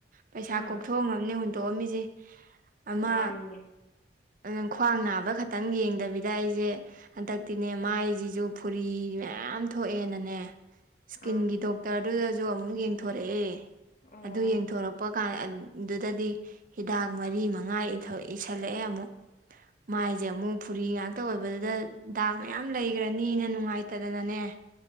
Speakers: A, on the right (about 50°); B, on the left (about 45°).
A: ꯄꯩꯁꯥ
B: ꯎꯝ
A: ꯀꯣꯛꯊꯣꯡꯑꯝꯅꯦ ꯍꯨꯟꯇꯣꯛꯑꯝꯃꯤꯁꯦ ꯑꯃ
B: ꯃꯥꯅꯤꯅꯦ
A: ꯑꯗꯨꯝ ꯈ꯭ꯋꯥꯡ ꯅꯥꯕ ꯈꯛꯇꯪ ꯌꯦꯡꯗꯕꯤꯗ ꯑꯩꯖꯦ ꯍꯟꯗꯛꯇꯤꯅꯦ ꯃꯥꯏꯖꯤꯖꯨ ꯐꯨꯔꯤ ꯃꯌꯥꯝ ꯊꯣꯛꯑꯦꯅꯅꯦ ꯏꯁꯀꯤꯟꯒꯤ
B: ꯑꯥ
A: ꯗꯣꯛꯇꯔꯗꯨꯗꯁꯨ ꯑꯃꯨꯛ ꯌꯦꯡꯊꯣꯔꯛꯑꯦ
B: ꯑꯣ
A: ꯑꯗꯨ ꯌꯦꯡꯊꯣꯔꯛ ꯄ ꯀꯥꯟ ꯑꯗꯨꯗꯗꯤ ꯍꯤꯗꯥꯛ ꯃꯔꯤ ꯃꯉꯥ ꯏꯊꯣ ꯏꯁꯤꯜꯂꯛꯑꯦ ꯑꯃꯨꯛ ꯃꯥꯏꯖꯦ ꯑꯃꯨꯛ ꯐꯨꯔꯤ ꯉꯥꯛꯇ ꯑꯣꯏꯕꯗꯨꯗ ꯗꯥꯛ ꯃꯌꯥꯝ ꯂꯩꯒ꯭ꯔꯅꯤꯅ ꯅꯨꯡꯉꯥꯏꯇꯗꯅꯅꯦ